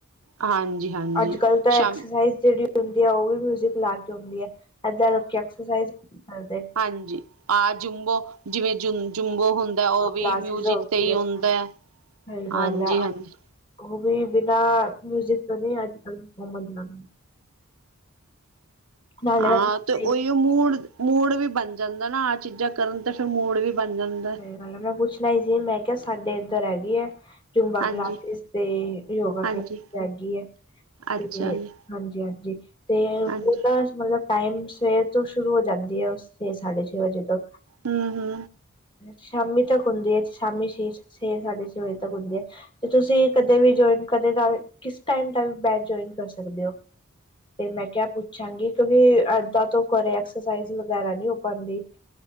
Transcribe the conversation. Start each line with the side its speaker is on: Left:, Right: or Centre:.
Right: ਹਾਂਜੀ ਹਾਂਜੀ
Left: ਅੱਜ ਕਲ ਤਾਂ
Right: ਸ਼ਾਮ
Left: ਐਕਸਰਸਾਈਜ਼ ਜਿਹੜੀ ਹੁੰਦੀ ਆ ਉਹ ਵੀ ਮਿਊਜਿਕ ਲਾ ਕੇ ਹੁੰਦੀ ਐ। ਏਦਾਂ ਲੋਕੀ ਐਕਸਰਸਾਈਜ਼ ਕਰਦੇ ਆ।
Right: ਹਾਂਜੀ, ਆ ਜੁੰਬੋ ਜਿਵੇਂ ਜੂ ਜੁੰਬੋ ਹੁੰਦਾ ਉਹ
Left: ਕਲਾਸਿਸ
Right: ਵੀ ਮਿਊਜਿਕ
Left: ਹੋ ਗਈ
Right: ਤੇ ਈ
Left: ਸਹੀ
Right: ਹੁੰਦਾ,
Left: ਗੱਲ
Right: ਹਾਂਜੀ-ਹਾਂਜੀ।
Left: ਹੈ ਉਹ ਵੀ ਬਿਨਾਂ ਮਿਊਜਿਕ ਤੋਂ ਨੀ ਅੱਜ-ਕੱਲ ਬਣਨਾ। ਨਾਲੇ
Right: ਹਾਂ
Left: ਮੈਂ ਸਹੀ
Right: ਤੇ ਉਹੀਓ ਮੂਡ-ਮੂਡ ਵੀ ਬਣ ਜਾਂਦਾ ਨਾ ਚੀਜ਼ਾਂ ਕਰਨ ਤੇ ਫਿਰ ਮੂਡ ਵੀ ਬਣ ਜਾਂਦਾ।
Left: ਹਾਲੇ ਮੈਂ ਪੁੱਛਣਾ ਈ ਸੀ ਮੈਂ ਕਿਹਾ ਸਾਡੇ ਇੱਧਰ ਹੈਗੀ ਐ? ਚੁੰਬਾ
Right: ਹਾਂਜੀ
Left: ਕਲਾਸਿਸ ਤੇ ਯੋਗਾ
Right: ਹਾਂਜੀ
Left: ਕਲਾਸਿਸ ਹੈਗੀ ਐ।
Right: ਅੱਛਾ
Left: ਤੇ
Right: ਜੀ
Left: ਹਾਂਜੀ-ਹਾਂਜੀ ਤੇ ਉਹ
Right: ਹਾਂਜੀ
Left: ਤਾਂ ਮਤਲਬ ਟਾਈਮ ਸਵੇਰ ਤੋਂ ਸ਼ੁਰੂ ਹੋ ਜਾਂਦੀ ਐ ਸਵੇਰੇ ਸਾਢੇ ਛੇ ਵਜੇ ਤੱਕ।
Right: ਹੂੰ-ਹੂੰ,
Left: ਸ਼ਾਮੀ ਤੱਕ ਹੁੰਦੀ ਐ, ਸ਼ਾਮੀ ਛੇ, ਛੇ ਸਾਢੇ ਛੇ ਵਜੇ ਤੱਕ ਹੁੰਦੀ ਐ। ਤੁਸੀ ਕਦੇ ਵੀ ਜੋਇਨ ਕਦੇ ਕਰ ਕਿਸ ਟਾਈਮ ਤੱਕ ਬਾਅਦ ਜੁਆਇਨ ਕਰ ਸਕਦੇ ਓ। ਤੇ ਮੈਂ ਕਿਆ ਪੁੱਛਾਂਗੀ, ਕਿਉਕਿ ਏਦਾਂ ਤੋਂ ਘਰੇ ਐਕਸਰਸਾਇਜ਼ ਵਗੈਰਾ ਨੀਂ ਹੋ ਪਾਂਦੀ।